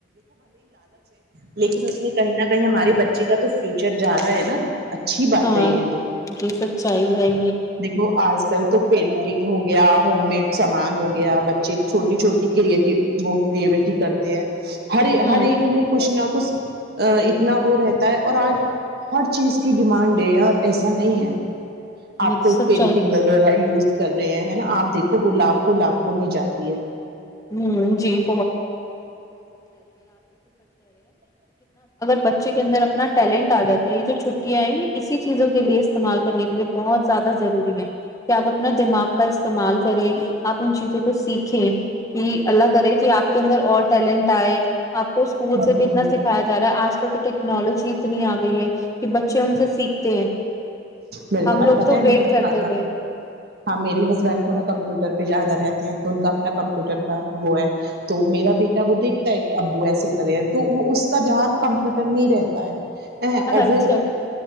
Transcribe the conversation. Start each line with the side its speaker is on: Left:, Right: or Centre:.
Right: لیکن اس میں کہیں نہ کہیں ہمارے بچے کا تو فیوچر جا رہا ہے نا اچھی بات
Left: ہاں
Right: ہے یہ تو
Left: یہ سچائی ہیں
Right: دیکھو آج کل تو پینٹنگ ہو گیا ہوم مدیس س سامان ہو گیا بچے چھوٹی چھوٹی کری وہ کریوٹی کرتے ہیں ہری
Left: ہوں
Right: ہر ایک میں خوشیاں کچ اتنا وہ رہتا ہے اور آج ہر چیز کی ڈیمانڈ ہے یار ایسا نہیں ہے آپ
Left: یہ تو
Right: کو
Left: سچائی
Right: پینٹنگ
Left: ہے۔
Right: وغیرہ یوز کر رہے ہیں نا آپ دیکھو وہ لاکھوں لاکھوں میں جاتی ہے
Left: <unintelligible> اگر بچے کے اندر اپنا ٹیلنٹ آ جاتا ہے یہ جو چھٹیاں ہیں اسی چیزوں کے لیے استعمال کرنے کے لیے بہت زیادہ ضروری ہے کہ آپ اپنا دماغ کا استعمال کریں اپ ان چیزوں کو سیکھیں کہ اللہ کرے جی آپ کے اندر اور تلنٹائے آپ کو اسکول سے
Right: ہ
Left: بھی اتنا سکھایاا ہے آج کل تو ٹیکنالوجی اتنی آ گئی ہے کہ بچے ان سے سیکھتے ہیں
Right: بالک
Left: ہم لوگ
Right: اب بت
Left: تو ویٹ
Right: مے
Left: کرتے
Right: نا
Left: تھے
Right: ہاں میری ہسبینڈ تھوڑا کمپیوٹر پہ زیادہ رہتے ہیں تو ان کا اپنا کمپیوٹر کا وہ ہے تو میرا بیٹا وہ دیکھتا ہے ایک ابو ایس کریئر تو وہ اس کا دھیان کمپیوٹر میں ہی رہتا ہے ا
Left: اچھا
Right: ا وہ